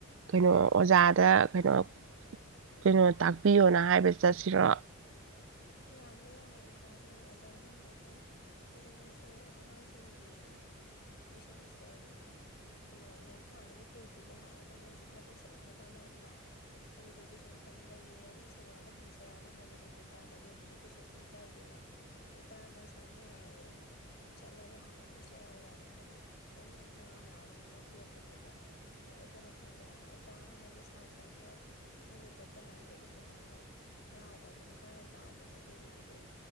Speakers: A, on the right; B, on the left.
A: ꯀꯩꯅꯣ ꯑꯣꯖꯥꯗ ꯀꯩꯅꯣ ꯀꯩꯅꯣ ꯇꯥꯛꯄꯤꯌꯣꯅ ꯍꯥꯏꯕ ꯆꯠꯁꯤꯔꯣ
B: ꯌꯥꯝꯗꯤ ꯌꯥꯏꯌꯦ ꯏꯇꯥ ꯑꯗꯣ ꯑꯣꯖꯥꯁꯤꯡꯗꯣ ꯍꯣꯏ ꯍꯧꯖꯤꯛ ꯃꯣꯏꯁꯨ ꯑꯉꯥꯡꯁꯤꯡꯒꯤ ꯃꯣꯏ ꯁꯦꯃꯤꯁꯇꯔꯒꯤꯅꯦ ꯀꯩꯅꯣ ꯑꯦꯛꯖꯥꯝ ꯊꯥꯗꯧꯕ ꯀꯨꯏꯗ꯭ꯔꯦꯗꯤ ꯍꯥꯏꯕ ꯑꯗꯣ ꯃꯣꯏꯁꯨ ꯊꯥꯕꯛ ꯆꯤꯜꯂꯝ ꯒꯗ ꯃꯥꯟꯕ ꯑꯗꯨꯗꯒꯤ ꯁꯨꯝ ꯈꯟꯕꯒꯤ ꯑꯩꯅ ꯁꯦꯅꯤꯌꯥꯔꯗ ꯍꯪꯁꯤꯔꯥꯅ ꯍꯥꯏꯕꯅꯦ ꯕꯤꯇꯥꯗ ꯑꯗꯨꯕꯨꯗꯤ ꯀꯩꯁꯨꯕꯨꯗꯤ ꯀꯥꯏꯗꯦꯕ꯫ ꯏꯇꯥꯅ ꯁꯪꯅꯤ ꯍꯥꯏꯔꯗꯤ ꯑꯗꯨꯝ ꯆꯠꯂꯒ ꯍꯪꯉꯨꯕꯁꯨ ꯌꯥꯏ ꯑꯣꯖꯥꯗ ꯍꯥꯏꯗꯤ ꯃꯉꯣꯟꯗꯁꯨ ꯑꯗꯨꯝ ꯍꯔꯥꯎ ꯍꯔꯥꯎꯅ ꯑꯗꯨꯝ ꯇꯥꯛꯄꯤꯔꯛꯀꯅꯦꯕ꯫ ꯍꯥꯏꯗꯤ ꯑꯩꯈꯣꯏꯅ ꯈꯪꯗꯦ ꯍꯥꯏꯕꯗ ꯑꯣꯖꯥ ꯍꯥꯏꯗꯤ ꯁꯥꯇ꯭ꯔ ꯑꯃꯅ ꯈꯪꯗꯦ ꯈꯣꯠꯇꯦ ꯍꯥꯏꯕꯗ ꯑꯗꯨꯝ ꯑꯣꯖꯥꯅ ꯍꯔꯥꯎꯕ ꯖꯤ ꯃꯁꯥꯅ ꯑꯗꯨꯒꯤꯕꯨꯗꯤ